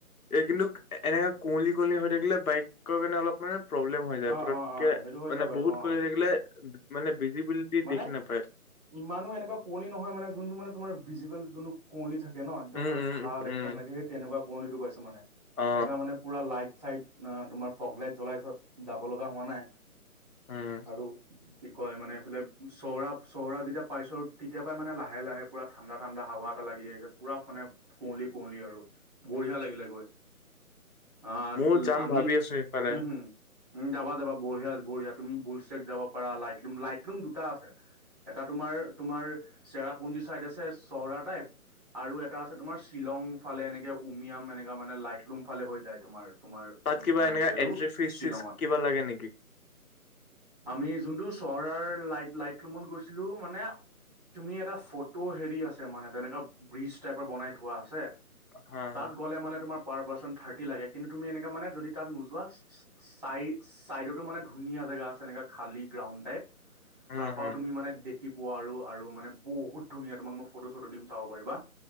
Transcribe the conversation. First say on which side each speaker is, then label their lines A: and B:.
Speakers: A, on the left (about 70°); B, on the right (about 30°).
A: এই কিন্তু এনেকা কুঁৱলী কল হৈ থাকিলে বাইকৰ কাৰণে অলপ মানে প্ৰব্লেম হৈ যায়
B: অ
A: পতককে
B: অ অ সেইটো হৈ
A: মানে
B: যায় বাৰু
A: বহুত
B: অ
A: গ'ল হৈ থাকিলে মানে ভিজিবিলিটি
B: মানে
A: দেখি নাপায়
B: ইমানো এনেকুৱা কুঁৱলী নহয় মানে যোনটো মানে তোমাৰ ভিজিবল যোনটো কুঁৱলী থাকে ন' একদম
A: উম
B: মানে
A: উম
B: ভাল
A: উম
B: একদম
A: উম
B: লাগে সেই তেনেকুৱা কুঁৱলীটো পাইছো মানে
A: অ অ
B: এনেকুৱ মানে পুৰা লাইট চাইট অ', তোমাৰ ফগ লাইট জ্বলাই যাব লগা হোৱা নাই
A: উম
B: আৰু কি কয় মানে এইফালে চৌৰা চৌৰা যেতিয়া পাইছো তেতিয়া পই মানে লাহে লাহে পৰা ঠাণ্ডা ঠাণ্ডা হাৱা এটা লাগি আহিছে পুৰা মানে কুঁৱলি কুঁৱলি আৰু বঢ়িয়া লাগিলে গৈ। অ',
A: ময়ো যাম
B: আমি,
A: ভাবি আছো সেইফালে
B: হম হম। উ যাবা যাবা বঢ়িয়া বঢ়িয়া তুমি বুলছেক যাব পাৰা লাইটলুম লাইটলুম দুটা আছে এটা তোমাৰ তোমাৰ চেৰাপুঞ্জী চাইদ আছে চহৰা টাইপ আৰু এটা আছে তোমাৰ শ্বিলং ফালে এনেকে উমিয়াম এনেকা মানে লাইটলুম ফালে হৈ যায় তোমাৰ। তোমাৰ
A: তাত কিবা
B: কি নাম
A: এনেকা
B: আছিলে এইটো
A: এন্ট্ৰি ফিজ
B: শ্বিলঙত?
A: চিজ কিবা লাগে নেকি
B: আমি যোনটো চহৰৰ লাইট লাইট ৰুমত গৈছিলো মানে তুমি এটা ফটো হেৰি আছে মানে তেনেকুৱা ব্ৰিজ টাইপৰ বনাই থোৱা আছে
A: হা
B: তাত
A: হা
B: গ'লে মানে তোমাৰ প পাৰ্চ থাৰ্ৰটি লাগে কিন্তু তুমি এনে মানে যদি তাত নোযোৱা চ চাইডতো মানে ধুন জেগা আছে এনেকুৱা খালী গ্ৰাউণ্ড টাইপ।
A: উম
B: তাৰ পৰাও
A: হম
B: তুমি মানে দেখি পোৱা আৰু মানে বহুত ধুনীয়া তোমাক মই ফটো-চটো দিম চাব পাৰিবা।